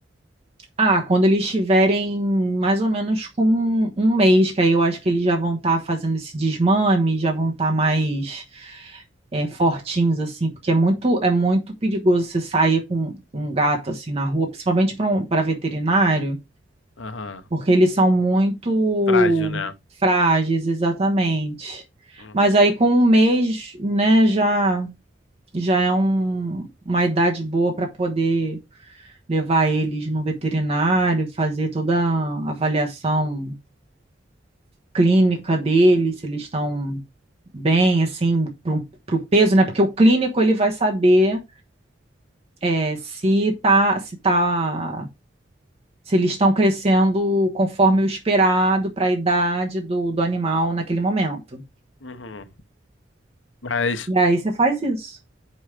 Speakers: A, on the right (about 35°); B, on the left (about 85°).
A: Ah, quando eles estiverem mais ou menos com um um mês, que aí eu acho que eles já vão estar fazendo esse desmame, já vão estar mais é, fortinhos, assim, porque é muito, é muito perigoso você sair com, com um gato assim na rua, principalmente para um, para veterinário,
B: Aham.
A: porque eles são muito
B: Frágil, né?
A: frágeis, exatamente.
B: Uhum.
A: Mas aí com um mês, né, já, já é um- uma idade boa para poder levar eles no veterinário, fazer toda a avaliação clínica deles, se eles estão bem, assim, para o peso, né? Porque o clínico ele vai saber é, se tá, se tá, se eles estão crescendo conforme o esperado para a idade do, do animal naquele momento.
B: Uhum. Mas
A: E aí você faz isso.